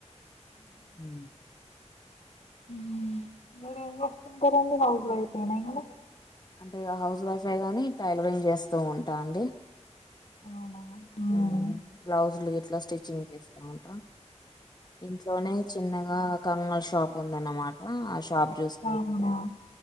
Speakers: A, on the left (about 35°); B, on the left (about 60°).
A: ఊ.
B: ఊ మీరేం చేస్తుంటరండి హౌస్ వైఫే నా ఇంట్లో.
A: అంటే హౌస్ వైఫే గాని టైలరింగ్ చేస్తూ ఉంటా అండి.
B: అవునా
A: హ్ము
B: ఊహు
A: బ్లౌజులు గిట్లా స్టిచ్చింగ్ చేస్తా ఉంటా. ఇంట్లోనే చిన్నగా కంగనల్ షాప్ ఉందన్నమాటా ఆ షాప్ చూస్
B: అవునా